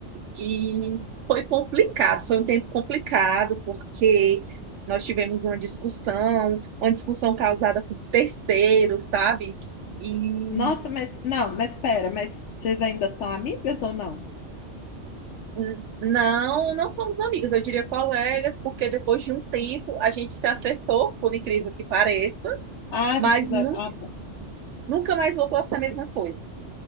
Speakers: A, on the right (about 75°); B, on the left (about 75°).
A: E foi complicado, foi um tempo complicado, porque nós tivemos uma discussão, uma discussão causada por terceiros, sabe? E
B: Nossa, mas, não, mas pera, mas vocês ainda são amigas ou não?
A: n- não, não somos amigas, eu diria colegas, porque depois de um tempo a gente se acertou, por incrível que pareça,
B: Ah,
A: mas
B: vocês fizeram,
A: nunca,
B: ah, tá.
A: nunca mais voltou a ser a mesma coisa.